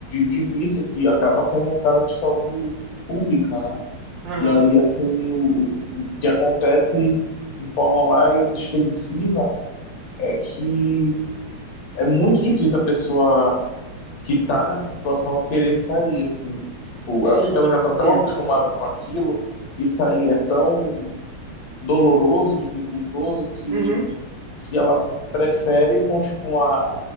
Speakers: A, on the left (about 65°); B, on the right (about 70°).
A: de vício que acaba sendo um caso de saúde pública, né?
B: Aham,
A: E aí, assim, o, o que acontece de forma mais extensiva é que é muito difícil a pessoa que tá nessa situação querer sair, assim. Tipo,
B: sim,
A: é porque ela já tá
B: entendo.
A: tão acostumada com aquilo e sair é tão doloroso, dificultoso, que
B: Uhum,
A: que ela prefere continuar.